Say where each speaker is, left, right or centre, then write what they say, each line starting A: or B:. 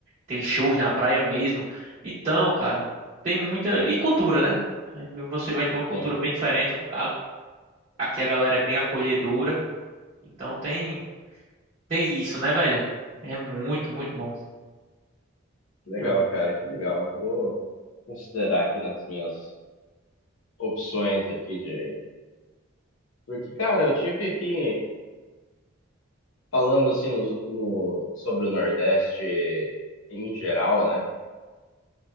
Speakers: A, on the right (about 35°); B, on the left (about 75°).
A: tem shows na praia mesmo. Então, cara, tem muita, e cultura, né? Você vai ter uma cultura
B: tem.
A: bem diferente, a- aqui a galera é bem acolhedora, então tem, tem isso, né, velho? É muito, muito bom.
B: Que legal,
A: É um...
B: cara, que legal. Vou considerar aqui nas minhas opções aqui de porque, cara, eu tive aqui falando assim no, no- sobre o Nordeste em geral, né?